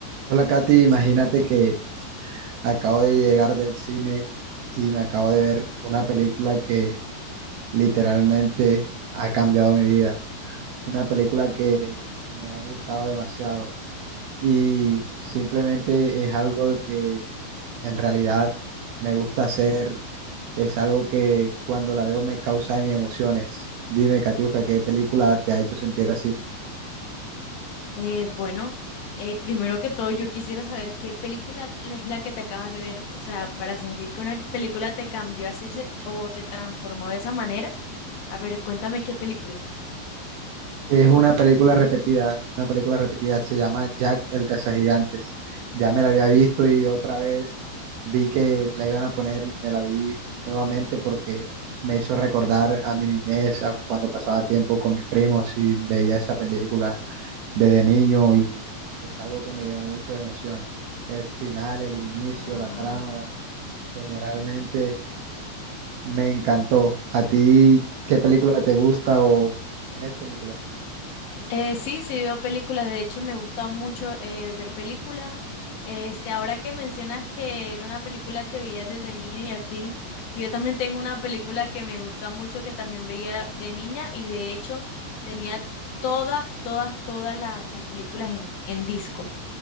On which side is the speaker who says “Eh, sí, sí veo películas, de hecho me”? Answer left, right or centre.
Left